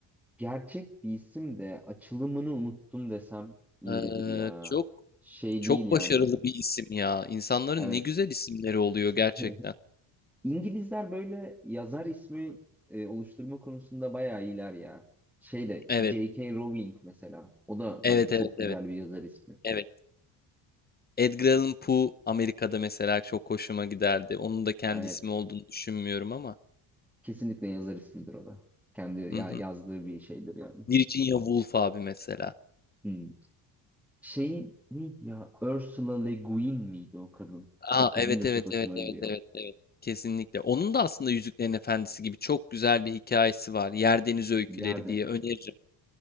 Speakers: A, in the centre; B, on the left.
A: Gerçek bir isim de açılımını unuttum desem yeridir
B: Ee,
A: ya.
B: çok
A: Şey
B: çok
A: değil yani.
B: başarılı bir isim ya. İnsanların
A: Evet.
B: ne güzel isimleri oluyor
A: <laughs>
B: gerçekten.
A: İngilizler böyle yazar ismi e, oluşturma konusunda bayağı iyiler ya. Şey de
B: Evet.
A: J.K. Rowling mesela. O da
B: Evet,
A: bence çok
B: evet,
A: güzel
B: evet,
A: bir yazar ismi.
B: evet. Edgar Allan Poe Amerika'da mesela çok hoşuma giderdi. Onun da kendi
A: Evet.
B: ismi olduğunu düşünmüyorum ama.
A: Kesinlikle yazar ismidir o da. Kendi ya-
B: Hı hı.
A: yazdığı bir şeydir yani.
B: Virginia Woolf abi mesela.
A: Hmm. Şey neydi ya? Ursula Le Guin miydi o kadın?
B: Aa
A: O kadın
B: evet
A: da
B: evet
A: çok hoşuma
B: evet evet
A: gidiyor.
B: evet evet. Kesinlikle. Onun da aslında Yüzüklerin Efendisi gibi çok güzel bir hikayesi var. Yerdeniz Öyküleri
A: Yerde.
B: diye öneririm.